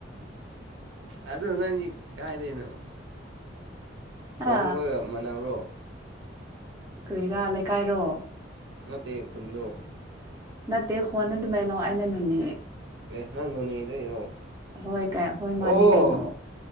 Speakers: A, on the right; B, on the right.
A: ꯑꯗ ꯅ ꯀꯥꯏꯗꯩꯅꯣ ꯈꯟꯈꯣꯏꯕ
B: ꯑ
A: ꯃꯅꯥꯅꯕ꯭ꯔꯣ
B: ꯀꯔꯤꯔꯥ ꯂꯩꯀꯥꯏꯔꯣ
A: ꯅꯠꯇ ꯈꯨꯨꯟꯅꯣ
B: ꯅ ꯇꯦ ꯍꯣꯟꯅ ꯑꯗꯨ ꯃꯦꯂꯣ ꯑꯅ ꯅꯅꯤ
A: ꯑꯦ ꯅꯪ ꯅꯣꯅꯦꯗꯩꯔꯣ
B: ꯍꯣꯏ ꯍꯣꯏ ꯃꯥꯅꯤ
A: ꯑꯣ
B: ꯀꯩꯅꯣ